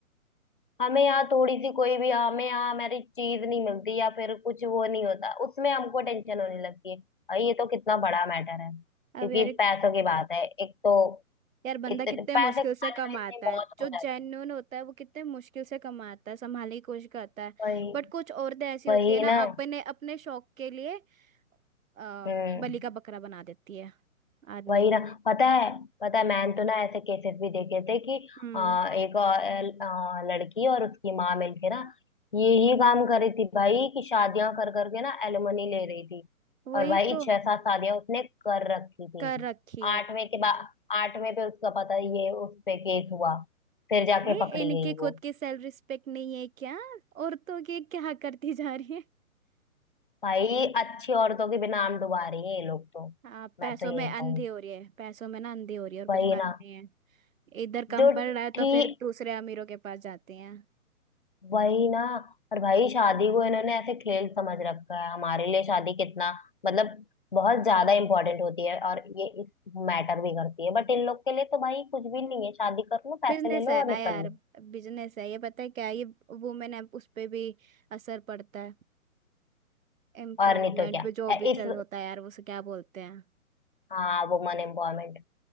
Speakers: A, on the left; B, on the right.
A: हमें यहाँ थोड़ी सी कोई भी हमें यहाँ हमारी चीज नहीं मिलती या फिर कुछ वो नहीं होता उसमें हमको टेंशन होने लगती है भाई ये तो कितना बड़ा मैटर है क्योंकि
B: अब यार
A: पैसों की बात है एक तो
B: यार बंदा
A: इतने
B: कितने मुश्किल
A: पैसे कमाने
B: से कमाता
A: में इतनी
B: है
A: मौत
B: जो
A: हो
B: जेन्युइन
A: जाती है
B: होता है वो कितने मुश्किल से कमाता है संभालने की कोशिश करता है
A: वही
B: बट कुछ औरतें ऐसी
A: वही
B: होती है ना
A: ना
B: अपने अपने शौक के लिए आ,
A: हम्म
B: बलि का बकरा बना देती है आदमी
A: वही
B: को
A: ना पता है पता है मैंने तो ना ऐसे केसेस भी देखे थे कि
B: हम्म
A: आ, एक आ, आ, लड़की और उसकी माँ मिलके ना यही काम कर रही थी भाई कि शादियां कर करके ना एलिमनी ले रही थी
B: वही
A: और भाई
B: तो
A: छह सात शादियां उसने कर रखी थी
B: कर रखी है
A: आठवें के बाद आठवें पे उसका पता ये उस पे केस हुआ फिर जाके
B: भाई
A: पकड़ी
B: इनके
A: गई वो
B: खुद की सेल्फ रिस्पेक्ट नहीं है क्या औरतों की क्या करती जा रही है
A: भाई अच्छी औरतों के भी नाम डुबा रही है ये लोग तो
B: हाँ
A: मैं
B: पैसों
A: तो यही
B: में अंधी
A: कहूँ
B: हो रही है पैसों में ना अंधी हो रही है और कुछ
A: वही
B: बात
A: ना
B: नहीं है इधर कम
A: जो
B: पड़ रहा है
A: ठीक
B: तो फिर दूसरे अमीरों के पास जाते हैं
A: वही ना और भाई शादी को इन्होंने ऐसे खेल समझ रखा है हमारे लिए शादी कितना मतलब बहुत ज्यादा इम्पोर्टेंट होती है और ये इस मैटर भी करती है बट इन लोग के लिए तो भाई कुछ भी नहीं है शादी कर लो पैसे
B: बिजनेस
A: ले लो
B: है
A: और
B: ना
A: निकल
B: यार
A: लो
B: बिजनेस है ये पता है क्या ये वुमेन है उस पे भी असर पड़ता है एम्पावरमेंट
A: और नहीं तो क्या
B: पे जो
A: अ,
B: भी
A: इस
B: चल होता है यार उसे क्या बोलते हैं
A: हाँ वुमन एम्पावरमेंट